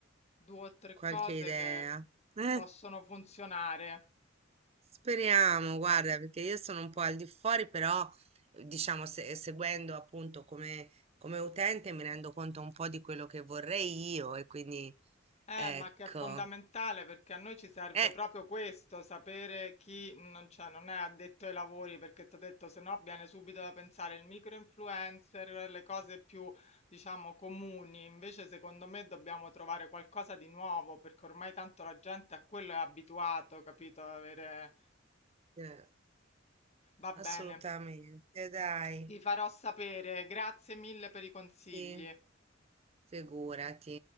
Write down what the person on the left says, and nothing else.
due o tre
cose
che
possono funzionare.
Eh,
ma che è fondamentale perché a noi ci serve
proprio questo, sapere chi non, cioè, non è addetto ai lavori, perché ti ho detto, se no viene subito da pensare il micro-influencer, le cose più, diciamo, comuni. Invece, secondo me, dobbiamo trovare qualcosa di nuovo, perché ormai tanto la gente a quello è abituato, capito? Avere...
Va bene.
Ti farò sapere. Grazie mille per i consigli.